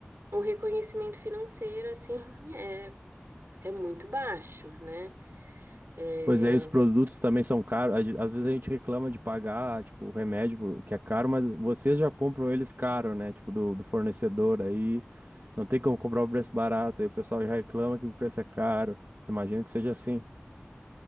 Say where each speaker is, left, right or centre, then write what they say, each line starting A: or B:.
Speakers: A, on the right; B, on the right.
A: o reconhecimento financeiro assim <laughs> é, é muito baixo, né? É,
B: Pois é, e os produtos
A: você,
B: também são caros. A gen- Às vezes a gente reclama de pagar, tipo, o remédio pro- que é caro, mas vocês já compram eles caro, né? Tipo, do, do fornecedor aí. Não tem como comprar o preço barato. Aí o pessoal já reclama que o preço é caro. Imagino que seja assim,